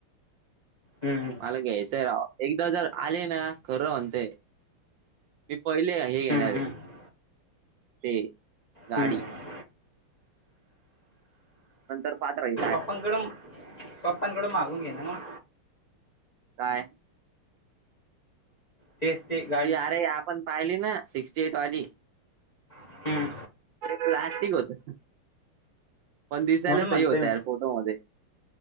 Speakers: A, on the left; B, on the right.
A: हम् हम
B: मला घ्यायचंय रा एकदा जर आले ना खरं म्हणते मी पहिले हे घेणार
A: हम्म
B: आहे
A: हम्म
B: ते गाडी
A: हम्म
B: नंतर पात्रहि
A: पप्पांकड पप्पांकडं मागून घे ना मग
B: काय
A: तेच ते गाडी
B: ती अरे आपण पाहिली ना सिक्स्टी एट वाली
A: हम्म
B: ठीक होत पण दिसायला
A: म्हणून
B: सही
A: म्हणतोय
B: होत्या
A: मी
B: यार फोटो मधे